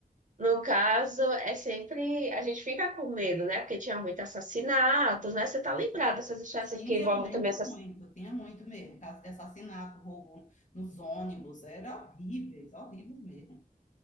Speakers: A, on the right; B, on the left.
A: No caso, é sempre. A gente fica com medo, né? Porque tinha muito assassinatos, né? Você tá lembrado dessas histórias
B: E
A: que envolvem
B: eu lembro
A: também essas
B: muito, tinha muito mesmo, caso de assassinato, roubo nos ônibus, era horríveis, horríveis mesmo.